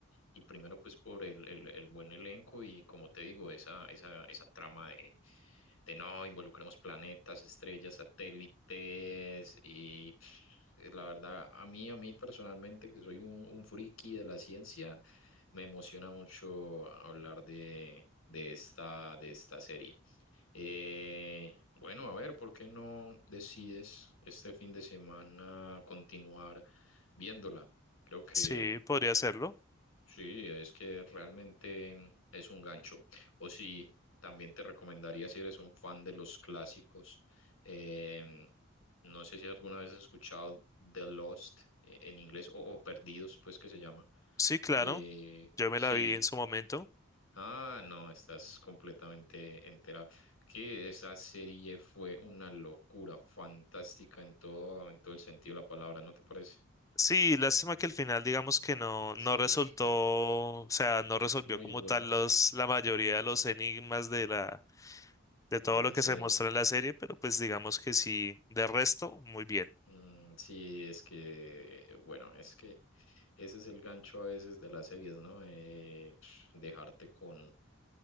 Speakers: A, on the left (about 80°); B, on the left (about 15°).
A: y primero pues por el, el- el buen elenco y como te digo, esa, esa, esa trama de, de no involucremos planetas, estrellas, satélites y pff, eh, la verdad a mí, a mí personalmente que soy un, un friki de la ciencia, me emociona mucho hablar de, de esta, de esta serie. Eh, bueno, a ver, ¿por qué no decides este fin de semana continuar viéndola? Creo que
B: Sí, podría hacerlo.
A: sí, es que realmente es un gancho. O sí, también te recomendaría si eres un fan de los clásicos. em, no sé si alguna vez has escuchado The Lost eh, en inglés o, o Perdidos, pues que se llama.
B: Sí, claro,
A: Eh,
B: yo me
A: sí.
B: la vi en su momento.
A: Ah, no, estás completamente enterado. Que esa serie fue una locura, fantástica en todo, en todo el sentido de la palabra, ¿no te parece?
B: Sí, lástima que al final digamos que no,
A: Sí,
B: no resultó,
A: <laughs>
B: o sea, no resolvió
A: muy
B: como
A: bueno
B: tal los, la mayoría de los enigmas de la de todo
A: de la
B: lo que
A: serie.
B: se muestra en la serie, pero pues digamos que sí, de resto, muy bien.
A: Mm, sí, es que, bueno, es que ese es el gancho a veces de las series, ¿no? Eh, pf, dejarte con,